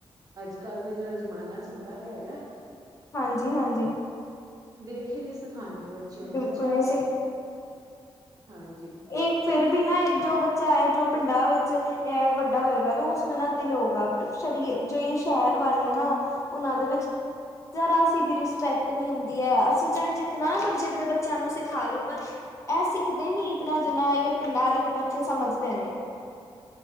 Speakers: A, on the right (about 40°); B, on the left (about 30°).
A: ਅੱਜ ਕੱਲ ਦਾ ਜਿਹੜਾ ਜ਼ਮਾਨਾ ਚੱਲਦਾ ਪਿਆ ਹੈਗਾ
B: ਹਾਂਜੀ, ਹਾਂਜੀ।
A: ਦੇਖ ਹੀ ਨਹੀਂ ਸਿਖਾਉਂਦੇ ਬੱਚਿਆਂ ਨੂੰ
B: ਬਿਲਕੁਲ
A: ਬੱਚਾ ਐ
B: ਨਹੀਂ
A: ਹਾਂਜੀ
B: ਇਹ ਫਿਰ ਵੀ ਨਾ ਇੱਕ ਜੋ ਬੱਚਾ ਹੈ ਜੋ ਪਿੰਡਾਂ ਵਿੱਚ ਇਹ ਵੱਡਾ ਹੋਏਗਾ ਉਸ ਮੇ ਨਾ ਦਿਲ ਹੋਗਾ ਪਰ ਸ਼ਰੀਰ ਜੋ ਸ਼ਹਿਰ ਵਾਲੇ ਆ ਨਾ ਉਹਨਾਂ ਦੇ ਵਿੱਚ ਜਰਾ ਸੀ ਵੀ ਰਿਸਪੈਕਟ ਨਹੀਂ ਹੁੰਦੀ ਹੈ ਅਸੀਂ ਚਾਹੇ ਜਿਤਨਾ ਮਰਜੀ ਆਪਣੇ ਬੱਚਿਆਂ ਨੂੰ ਸਿਖਾ ਲੋ ਪਰ ਇਹ ਸਿੱਖਦੇ ਨੀ ਇਤਨਾ ਜਿੰਨਾ ਇਹ ਪਿੰਡਾਂ ਆਲੇ ਦੇ ਬੱਚੇ ਸਮਝਦੇ ਨੇ।